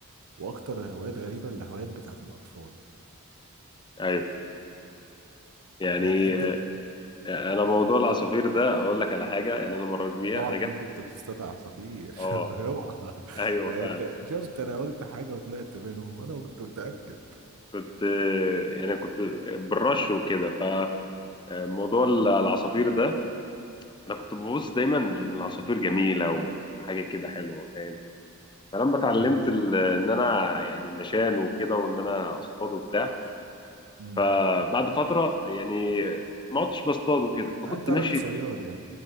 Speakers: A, on the right; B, on the left.
A: واكتر هوايات غريبه الهوايات بتاعت الاطفال
B: ايوه يعني
A: يعني انت
B: آه، انا موضوع العصافير ده اقول لك على حاجة يعني انا مريت بيها
A: اوعى
B: انا
A: تكون
B: جت
A: كنت بتصطاد عصافير
B: اه
A: <laughs> اوعى
B: ايوه
A: يعني
B: فعلا
A: انت شفت انا قلت حاجه وطلعت منهم انا كنت متاكد
B: كنت آه، يعني كنت بالرش وكده فموضوع العصافير ده انا كنت ببص دايما ان العصافير جميلة وحاجة كده حلوة فاهم فلما اتعلمت
A: امم
B: ال- ان انا يعني النشان وكده وان انا اصطاد وبتاع
A: إمم.
B: فبعد فتره يعني ما عدتش بصطاد وكده فكنت
A: انت
B: ماشي
A: راجل صياد يعني